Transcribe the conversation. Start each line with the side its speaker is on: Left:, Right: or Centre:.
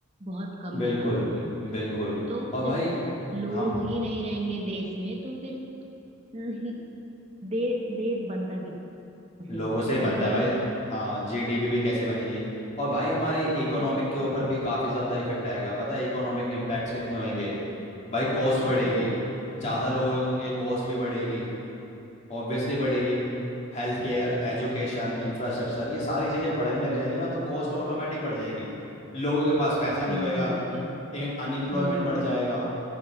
Right: बहुत कम
Left: बिल्कुल
Right: पैदा हो रहे हैं
Left: बिल्कुल
Right: तो
Left: और भाई
Right: जब लोग
Left: हम
Right: ही नहीं रहेंगे देश में तो फिर <laughs> दे, देश बनता किससे
Left: लोगों
Right: बनता
Left: से
Right: है
Left: ही
Right: ना
Left: बनता
Right: जो वही
Left: है भाई
Right: नहीं
Left: हाँ जीडीपी भी कैसे बनेगी और भाई हमारे इकोनॉमिक
Right: तो
Left: के ऊपर भी काफ़ी ज़्यादा इफेक्ट आएगा पता है इकोनॉमिक इम्पैक्ट्स कितने होंगे भाई कॉस्ट बढ़ेगी
Right: हाँ
Left: ज़्यादा लोग होंगे
Right: हाँ
Left: कॉस्ट भी बढ़ेगी ऑब्वियसली बढ़ेगी हेल्थ केयर एजुकेशन इंफ्रास्ट्रक्चर ये सारी चीज़ें बढ़ने लग जाएगी ना तो कॉस्ट ऑटोमेटिक बढ़ जाएगी लोगों के पास पैसा नहीं
Right: और
Left: होएगा
Right: नहीं तो क्या
Left: अनएम्प्लॉयमेंट
Right: हम्म
Left: बढ़ जाएगा